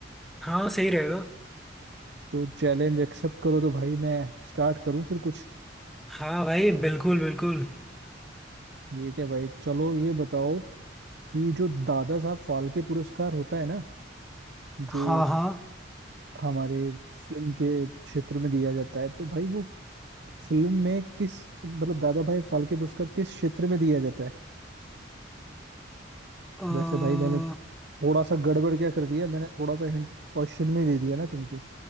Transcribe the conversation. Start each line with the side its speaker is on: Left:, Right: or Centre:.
Centre: हाँ सही रहेगा
Right: तो चैलेंज एक्सेप्ट करो तो भाई मैं स्टार्ट करूँ फिर कुछ
Centre: हाँ भाई बिल्कुल बिल्कुल
Right: ये क्या भाई चलो ये बताओ कि जो दादा साहब फाल्के पुरस्कार होता है ना जो
Centre: हाँ हाँ
Right: हमारे फिल्म के क्षेत्र में दिया जाता है तो भाई वो फिल्म में किस मतलब दादा भाई फाल्के पुरस्कार किस क्षेत्र में दिया जाता है
Centre: अ, <laughs>
Right: वैसे भाई मैंने थोड़ा सा गड़बड़ क्या कर दिया मैंने थोड़ा सा हिंट क्वेश्चन में ही दे दिया ना तुमको